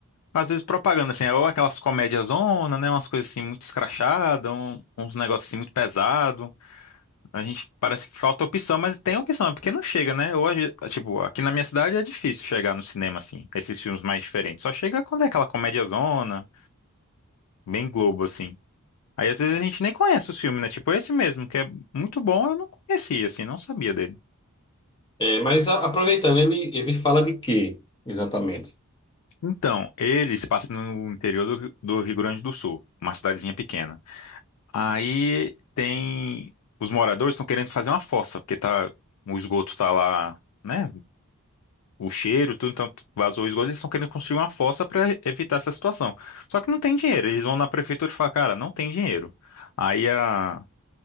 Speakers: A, on the left (about 85°); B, on the left (about 20°).
A: às vezes, propaganda, assim, é ou aquelas comédias zona, né? Umas coisas assim muito escrachadas, um- uns negócios assim muito pesados. A gente parece que falta opção, mas tem opção, é porque não chega, né? Hoje, tipo, aqui na minha cidade é difícil chegar no cinema, assim, esses filmes mais diferentes. Só chega quando é aquela comédiazona, bem Globo, assim. Aí às vezes a gente nem conhece os filmes, né? Tipo esse mesmo, que é muito bom, eu não conhecia, assim, não sabia dele.
B: É, mas a- aproveitando, ele, ele fala de quê, exatamente?
A: Então, ele se passa no interior do, Rio- do Rio Grande do Sul, uma cidadezinha pequena. Aí tem. Os moradores estão querendo fazer uma fossa, porque tá, o esgoto tá lá, né? o cheiro, tudo, então vazou o esgoto, eles estão querendo construir uma fossa para evitar essa situação. Só que não tem dinheiro, eles vão na prefeitura e falam, cara, não tem dinheiro. Aí a